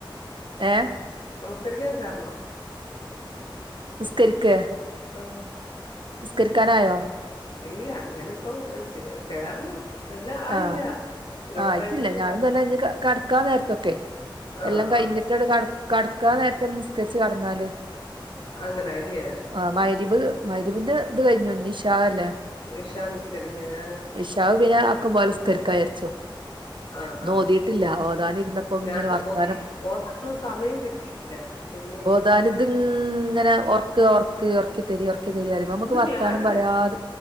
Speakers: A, on the right; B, on the left.
A: ഏഹ്
B: നമസ്കരിക്കാൻ കാരണോ
A: നിസ്തരിക്കേ
B: ആഹ്
A: നിസ്കരിക്കാനായോ
B: ഇല്ല ഞാനിപ്പം കേറണം ഇല്ല ആയില്ല
A: ആ
B: ഇച്ചിരൂടെ
A: ആയിട്ടില്ല
B: കഴിഞ്ഞിട്ട്
A: ഞാനും
B: കേറണം
A: തന്നെ ഇഞ്ഞ് കടക്കാൻ നേരത്തൊക്കെ
B: ആഹ്
A: എല്ലാം കഴിഞ്ഞിട്ട് ട്കടക്കാ നേരത്തൊനിസ്കരിച്ച് കടന്നാല്
B: അങ്ങനാ ല്ല്യോ
A: ആ മഹ്‌രി ബ് മഹ്‌രിബന്റെ ഇത് കഴിഞ്ഞു ഇനിഷാ അല്ലേ
B: ഇഷാസ്കരിക്കാന
A: ഷാഹ്ആക്ക പൊലെ നിസ്ക്കാ വിചാരിച്ചു
B: <inaudible> ആ
A: ഇന്ന്
B: ഹ്ആഹ്
A: ഓതിയിട്ടില്ല ഓതാനിരുന്നപ്പോ
B: ഞാനുഓതി
A: ഇങ്ങനെ വർത്താനം
B: ഓതാ നൊന്ന്സമയം കിട്ടിയില്ല പിന്നെ
A: താലു തിങ്ങ ഇങ്ങനെ ഓർക്ക് ഓർക്ക് ഒർക്കി തരി ഓർക്കി തരി നമുക്ക്
B: ഇന്ന്
A: വർത്താനം
B: വ്യാഴമല്ല
A: പറയാതെ